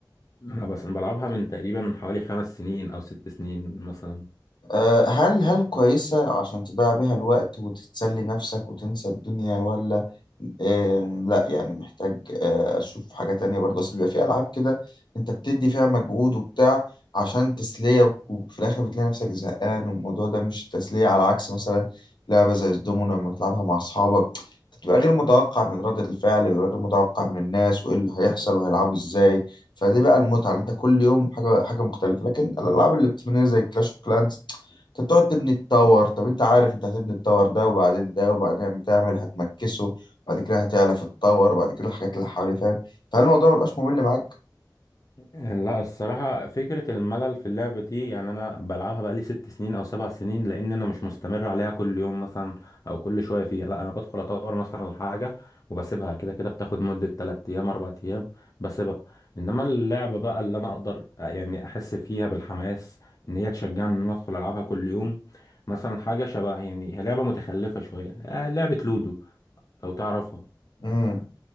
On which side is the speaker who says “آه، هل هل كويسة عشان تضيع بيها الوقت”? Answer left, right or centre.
Left